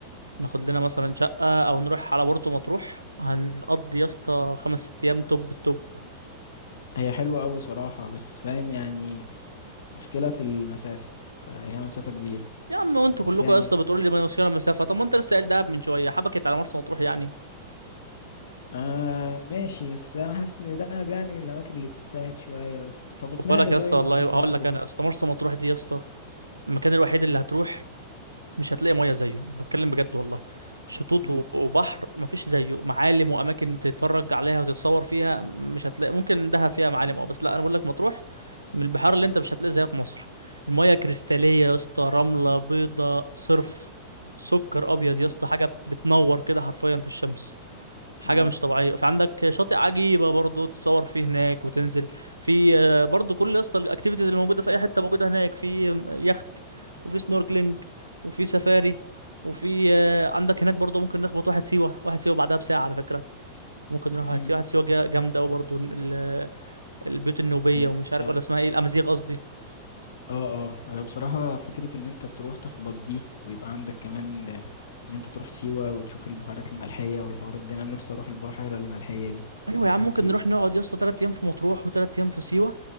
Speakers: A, on the right (about 85°); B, on the left (about 60°).
A: ناخد لنا مثلا شقة او نروح على بورتو مطروح هنقضي يا اسطى خمس ست ايام توب التوب
B: هي حلوة قوي صراحة بس فاهم يعني مشكلة في المسافة فهي مسافة كبيرة
A: يا عم وانتوا
B: بس
A: كلكم
B: يعني
A: يا اسطى بتقولوا لي ما يوصلنا مسافة طب ما انت لسه قايل دهب من شوية حبكت على مرسى مطروح يعني
B: آه ماشي بس أنا حاسس إن دهب يعني من الأماكن اللي تستاهل شوية بس طب
A: خد
B: اقنعني
A: بالك يا
B: طيب
A: اسطى والله
B: بمرسى مطروح
A: هقول لك انا يا اسطى مرسى مطروح دي يا اسطى المكان الوحيد اللي هتروح مش هتلاقي ميه زيه بتكلم بجد والله شطوط
B: مم.
A: و- وبحر مفيش زيه معالم واماكن تتفرج عليها وتتصور فيها مش هتلاقي ممكن دهب فيها معالم اه بس لا انا بقول لك مطروح من البحار اللي انت مش هتلاقي زيها في مصر الميه كريستاليه يا اسطى رمله بيضه صرف سكر ابيض
B: مم.
A: يا اسطى حاجه بتنور كده حرفيا في الشمس حاجة
B: اه
A: مش طبيعية فعندك شاطئ عجيبة برضو تتصور فيه هناك وتنزل في آه، برضو كل اسطى الاكتيفيتيز اللي موجودة في أي حتة موجودة هناك في آم، يخت وفي سنوركلينج وفي سفاري وفي آه، عندك هناك برضو ممكن نخبط واحد سيوة واحد سيوة بعدها بساعة على فكرة ممكن نروح واحد
B: مم.
A: سيوة واحد سيوة جا- جامدة وبرضو ال- البيوت النوبية
B: هي
A: ومش عارف
B: هي-
A: ولا اسمها ايه الأمازيغ قصدي
B: اه اه آه، بصراحة فكرة إن أنت تروح تخبط دي ويبقى عندك كمان آه، إن أنت تروح سيوة وتشوف البحيرات الملحية والحوارات دي أنا نفسي أروح البحيرة الملحية دي
A: أيوة
B: بتاعت
A: يا عم ممكن
B: سيوة
A: نروح نقعد يا اسطى تلات أيام في مطروح وتلات أيام في سيوة